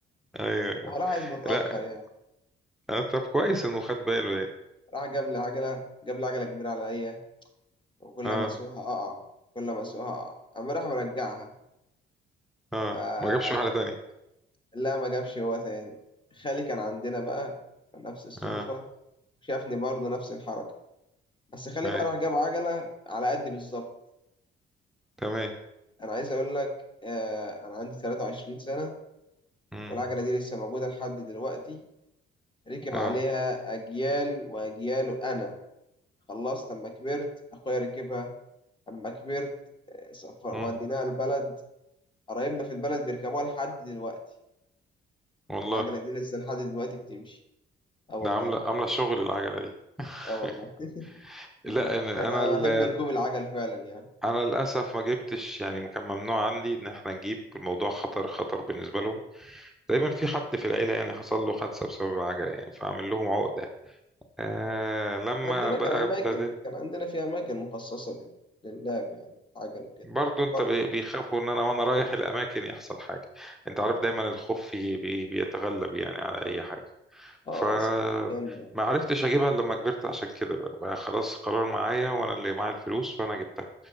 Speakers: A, in the centre; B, on the left.
A: ايوه
B: هو راح عايز متاخر
A: لا
B: يعني
A: آه، طب كويس انه خد باله يعني
B: راح جاب لي عجله جاب لي عجله كبيره عليا وكل
A: اه
B: ما اسوقها اقع كل ما اسوقها اقع اما راح مرجعها
A: اه
B: فلا
A: ما جابش واحده تانية
B: ما جابش هو تاني خالي كان عندنا بقى نفس الصدفة
A: اه
B: شافني برضه نفس الحركة بس خالي
A: اي
B: بقى راح جاب عجلة على قدي بالظبط
A: تمام
B: أنا عايز أقول لك آه، أنا عندي 23 سنة
A: امم
B: والعجلة دي لسه موجودة لحد دلوقتي ركب
A: اه
B: عليها أجيال وأجيال أنا خلصت أما كبرت أخويا ركبها أما كبرت آه، سفر
A: امم
B: وديناها البلد قرايبنا في البلد بيركبوها لحد دلوقتي
A: والله
B: العجلة دي لسه لحد دلوقتي بتمشي اه والله
A: ده عامله عامله شغل العجله دي <laughs>
B: اه والله
A: لا
B: <laughs>
A: انا
B: انا
A: انا ال-
B: بحب ركوب العجل فعلا يعني
A: انا للاسف ما جبتش يعني كان ممنوع عندي ان احنا نجيب الموضوع خطر خطر بالنسبه لهم دايما في حد في العيله يعني حصل له حادثه بسبب العجله يعني فعامل لهم عقده آه لما
B: عندنا
A: بقى
B: كان اماكن
A: ابتديت
B: كان عندنا في اماكن مخصصة لل- للعب يعني العجل وكده
A: برضو انت
B: فرق
A: بي- بيخافوا ان انا وانا رايح الاماكن يحصل حاجه انت عارف دايما الخوف في- بي بيتغلب يعني على اي حاجه
B: اه
A: فما
B: صح كمل
A: عرفتش اجيبها الا لما كبرت عشان كده بقى, بقى خلاص قرار معايا وانا اللي معايا الفلوس فانا جبتها